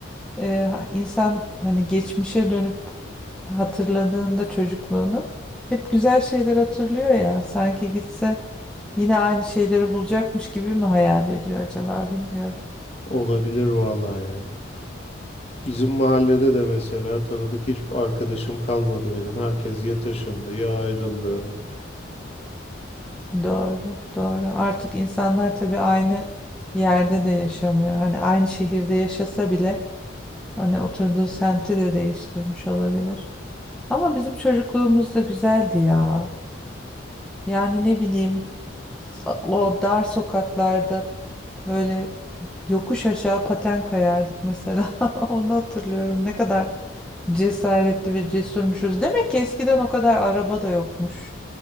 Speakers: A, in the centre; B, on the left.
A: e, insan hani geçmişe dönüp hatırladığında çocukluğunu hep güzel şeyler hatırlıyor ya. Sanki gitse Yine aynı şeyleri bulacakmış gibi mi hayal ediyor acaba bilmiyorum.
B: Olabilir vallahi ya. Bizim mahallede de mesela tanıdık hiçbir arkadaşım kalmadı benim. Herkes ya taşındı ya ayrıldı.
A: Doğru, doğru. Artık insanlar tabii aynı yerde de yaşamıyor. Hani aynı şehirde yaşasa bile hani oturduğu semti de değiştirmiş olabilir. Ama bizim çocukluğumuz da güzeldi ya. Yani ne bileyim o dar sokaklarda böyle yokuş aşağı paten kayardık mesela. <laughs> Onu hatırlıyorum. Ne kadar cesaretli ve cesurmuşuz. Demek ki eskiden o kadar araba da yokmuş.